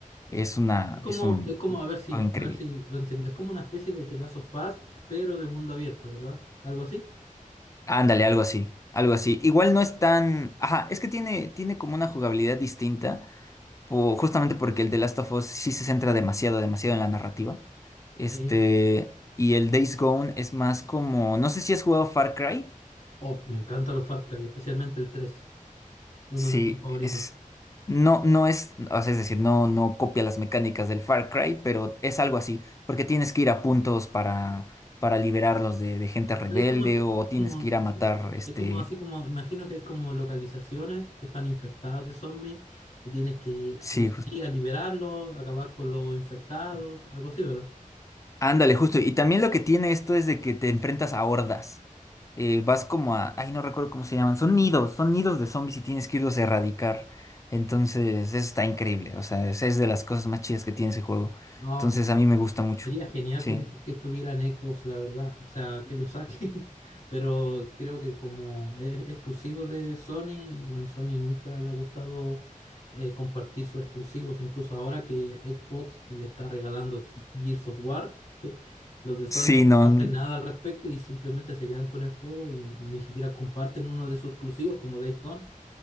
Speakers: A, on the left (about 20°); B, on the left (about 45°).
A: Es una,
B: Es como,
A: es un
B: es como, a ver si,
A: juego increíble.
B: a ver si lo entiendo. Es como una especie de The Last of Us, pero de mundo abierto, ¿verdad? ¿Algo así?
A: Ándale, algo así, algo así. Igual no es tan... Ajá, es que tiene, tiene como una jugabilidad distinta, po- justamente porque el de Last of Us sí se centra demasiado, demasiado en la narrativa. Este,
B: Sí.
A: y el Days Gone es más como... No sé si has jugado Far Cry.
B: Oh, me encantan los Far Cry, especialmente el tres Es uno
A: Sí,
B: de mis juegos favoritos.
A: es... No, no es... O sea, es decir, no, no copia las mecánicas del Far Cry, pero es algo así, porque tienes que ir a puntos para, para liberarlos de, de gente rebelde
B: Hay como,
A: o tienes
B: como
A: que ir a
B: así,
A: matar, este...
B: es como así como, imagino que hay como localizaciones que están infectadas de zombies y tienes que ir,
A: Sí,
B: ahí a liberarlos, acabar con los infectados, algo así, ¿verdad?
A: Ándale, justo. Y también lo que tiene esto es de que te enfrentas a hordas. Eh, vas como a... Ay, no recuerdo cómo se llaman. Son nidos, son nidos de zombies y tienes que irlos a erradicar. Entonces, eso está increíble. O sea, es, es de las cosas más chidas que tiene ese juego.
B: No,
A: Entonces,
B: entonces
A: a mí me gusta mucho.
B: sería genial
A: Sí.
B: que, que estuviera en Xbox, la verdad. O sea, que lo saquen, <laughs> pero creo que como es exclusivo de Sony, bueno, Sony nunca le ha gustado eh, compartir sus exclusivos, incluso ahora que Xbox le está regalando Ge- Gears of War, <laughs> los de Sony
A: Sí,
B: no
A: no.
B: hacen nada al respecto y simplemente se quedan con el juego y, y ni siquiera comparten uno de sus exclusivos como Days Gone,